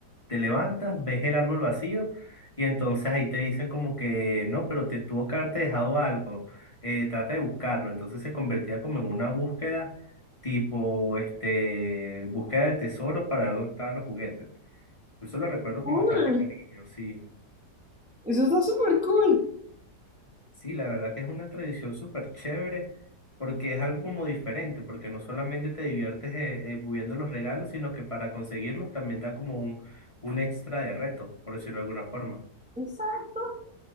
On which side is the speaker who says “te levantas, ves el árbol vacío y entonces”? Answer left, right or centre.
Left